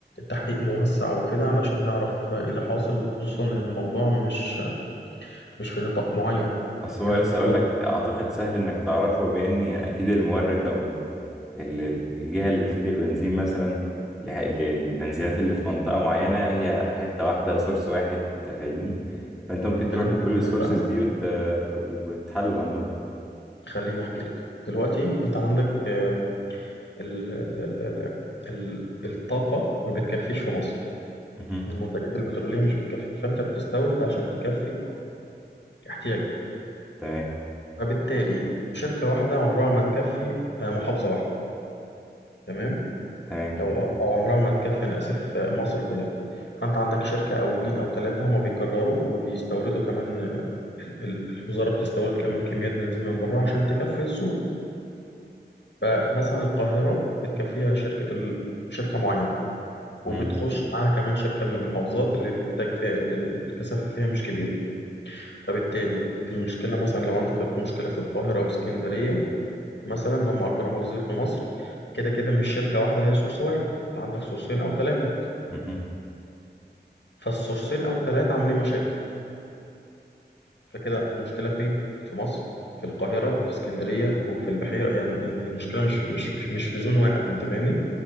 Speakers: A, on the left; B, in the centre.
A: تحقيق موسع وكده علشان نعرف آه، ايه اللي حاصل خصوصا ان الموضوع مش آه، مش في نطاق معين
B: اصل
A: يعني
B: هو لسه
A: الموضوع
B: اقول لك اعتقد سهل انك تعرفه بما ان يعني اكيد المورد او ال- ال- الجهة اللي بتدي البنزين مثلا لح- للبنزينات اللي في منطقة معينة هي حتة واحدة سورس واحد انت فاهمني فانت ممكن
A: خليني
B: تروح لكل
A: احكي
B: السورسز
A: لك بقى
B: دي وت... وتحلل عندهم
A: خليني احكي لك دلوقتي انت عندك آه، ال ال ال ال ال- الطاقة ما بتكفيش في مصر
B: مهم.
A: المنتجات البترولية مش بتكفي فانت بتستورد عشان تكفي احتياجك
B: تمام
A: فبالتالي شركة واحدة عمرها ما تكفي آه، محافظة واحدة تمام
B: تمام
A: أو أو أو عمرها ما تكفي أنا آسف آه، مصر كلها فأنت عندك شركة أو اتنين أو تلاتة هما بيكرروا وبيستوردوا كمان آه، ال- ال- الوزارة بتستورد كمان كميات بنزين من بره عشان تكفي السوق فمثلا القاهرة بتكفيها شركة ال- شركة معينة وبتخش
B: مهم.
A: معاها كمان شركة من المحافظات اللي الإنتاج فيها اللي ال- الكثافة فيها مش كبير فبالتالي المشكلة مثلا لو عندك مشكلة في القاهرة واسكندرية مثلا اللي هم اكبر محافظين في مصر كده كده مش شركه واحده هي سورس واحد انت عندك سورسين او ثلاثه
B: مهم.
A: فالسورسين او ثلاثه عاملين مشاكل فكده المشكله فين في مصر في القاهره وفي اسكندريه وفي البحيره يعني المشكله مش في مش مش مش في زون واحد انت فاهمني